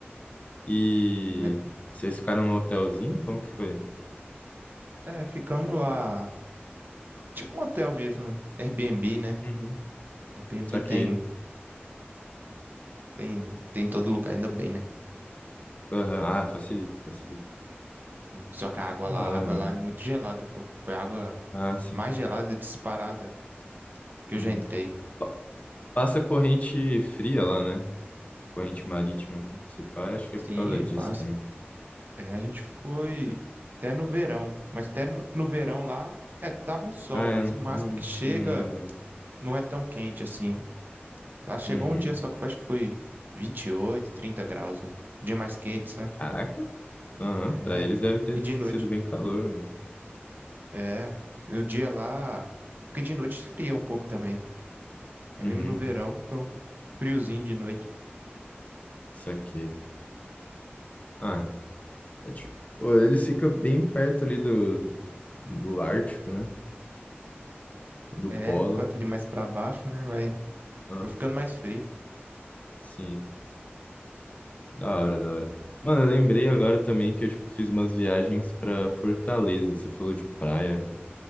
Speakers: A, on the left; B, on the right.
A: E
B: E me-
A: vocês ficaram no hotelzinho? Como que foi?
B: É, ficamos lá. Tipo um hotel mesmo, né? Airbnb, né?
A: Uhum.
B: Airbnb
A: Só
B: tem,
A: que.
B: tem, tem em todo lugar, ainda bem, né?
A: aham, Ah, facilita, facilita.
B: Só que a água
A: Da
B: lá,
A: hora,
B: a água
A: mano.
B: lá é muito gelada, pô. Foi a água
A: Ah, sim.
B: mais gelada disparada que
A: Uhum.
B: eu já entrei.
A: Pa- Passa corrente fria lá, né? Corrente marítima.
B: Sim,
A: Se pá, acho que
B: sim,
A: é por causa
B: é
A: disso
B: passa.
A: também.
B: É, a gente foi até no verão, mas até no, no verão lá, é, tava um sol,
A: Ah, é,
B: mas
A: não,
B: o máximo
A: não,
B: que chega
A: não muda. né?
B: não é tão quente assim. Lá chegou
A: Uhum.
B: um dia só que eu acho que foi 28, 30 graus, o dia mais quente, sabe?
A: Caraca. Aham,
B: É,
A: Pra eles deve ter
B: e de
A: sido
B: noite.
A: bem calor, mano.
B: É, o dia lá, porque de noite esfria um pouco também. É
A: Uhum.
B: mesmo no verão, fica um friozinho de noite.
A: Saquei. Ah, é tipo, pô, eles ficam bem perto ali do, do Ártico, né? Do
B: É,
A: Polo.
B: quanto ali mais pra baixo, né, vai,
A: Ah,
B: tipo, ficando mais frio.
A: sim. Da hora, da
B: pô.
A: hora. Mano, eu lembrei agora também que eu, tipo, fiz umas viagens pra Fortaleza. Você falou de praia.